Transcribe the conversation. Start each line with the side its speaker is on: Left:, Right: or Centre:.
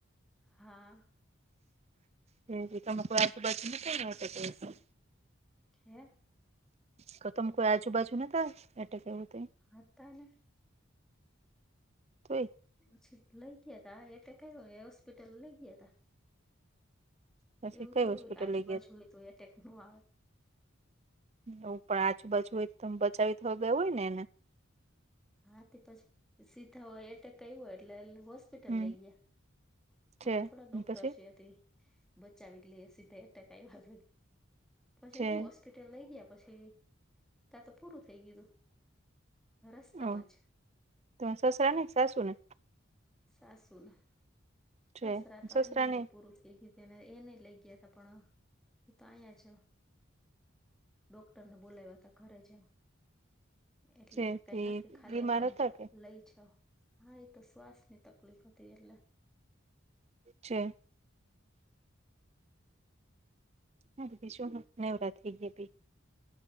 Centre: હા.
Right: એી મ આજુબાજુ મ ક <unintelligible>
Centre: હે.
Right: તો તમે કોઈ આજુબાજુ ની એટેક એવું તો.
Centre: અ તને.
Right: ત <unintelligible>
Centre: પછી લઇ ગયા તા, એક હોસ્પિટલ લઈ ગયા તા.
Right: પછી
Centre: એવું
Right: કઈ
Centre: થોડું
Right: હોસ્પિટલ
Centre: હોય કે, આજુબાજુ
Right: લઈ ગયા
Centre: હોય તો, એટેક ન આવે.
Right: હ, પણ આજુબાજુ હોય તો, બચાવ થઈ ગયો હોય ને.
Centre: હા, થી પછી સીધા હોય, એટ કય હોય એટલે. હોસ્પિટલ
Right: હમ
Centre: લઈ ગયા,
Right: છે
Centre: અમે થોડા ડોક્ટર
Right: પછી
Centre: છ હતી. બચાવ એટલે સીધા અટકાયલા પછી
Right: છે
Centre: હું. હોસ્પિટલ લઈ ગયા, પછી ત્યાં તો પૂરું થઈ ગયું. રસ્તામાં
Right: ઓ
Centre: જ
Right: તમા સસરા ને કે, સાસુ ને.
Centre: સાસુને,
Right: છે
Centre: દસરાત વાલને,
Right: સસરા ને
Centre: પુરુ. એ કીધને એ નહ લઈ ગયા ત પણ તયા છ <unintelligible> ડોક્ટરને બોલાયાતા ઘરે છે, એટલે
Right: છે
Centre: કઈ
Right: તે
Centre: નથી. ખાલી
Right: બીમાર
Centre: એમને
Right: હતા કે
Centre: લઈ જાાવ. હા, એ તો શ્વાસ ની તકલીફ હતી એટલે.
Right: <unintelligible> હ બધી શું નવરાત્રી થઈ ગયા ભી